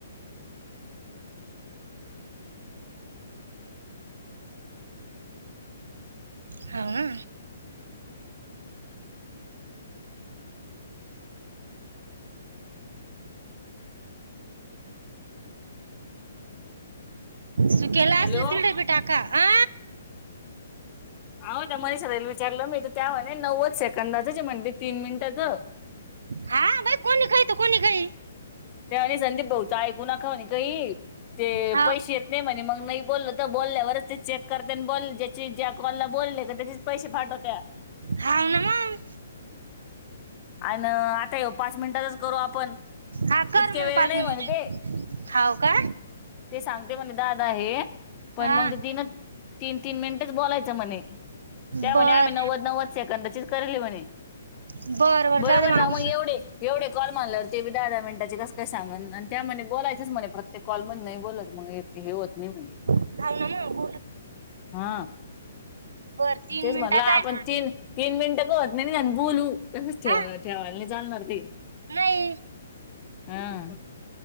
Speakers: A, on the right; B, on the left.
A: हा. सुकेला
B: हॅलो
A: असले तिडपी टाका ह
B: आओ ते मनिषा ताईंना विचारलं मी त हो नवच सेकंडाच म्हणे क तीन मिनटाच
A: हा बाई कोणी काही तो कोणी काही
B: ते म्हणे संदीप भाऊचा ऐकू नका म्हणे काही ते
A: हा
B: पैसे येत नाही म्हणे मग मग बोललो तर बोलल्यावरच ते चेक करते आणि बोल ज्याची ज्या कॉलला बोलले का त्याचेच पैसे पाठवतात
A: हाव ना मग
B: अ आता येऊ पाच मिनिटातच करू आपण
A: हा कर
B: इतके
A: मग
B: वेळ
A: पाच
B: नाही
A: मिनिट
B: म्हणे ते
A: हाव का
B: ते सांगते म्हणे दा आहे पण
A: हा
B: मग ते तीन तीन तीन मिनिटेच बोलायचं म्हणे त्यामुळेणे
A: बर
B: आम्ही नव्वद नव्वद सेकंदाचीच करली म्हणे
A: बर बर
B: बरोबर
A: जा दे मामा
B: ना मग एवढेच एवढे कॉल मानल्यावर ते दहा दहा मिनिटाचे कसं काय सांगन आणि त्याणे बोलायचंच म्हणे प्रत्येक कॉल मध्ये नाही बोलत मग हे होत नाही म्हणे
A: हॅलो.
B: हा.
A: बर तीन
B: तेच
A: मिनिटाचा
B: म्हणलं आपण
A: आहे
B: तीन तीन मिनिटं होत नाही बोलू तसंच ठेवू
A: हा
B: ठेवायला नाही चालणार ते
A: नाही
B: हम्म.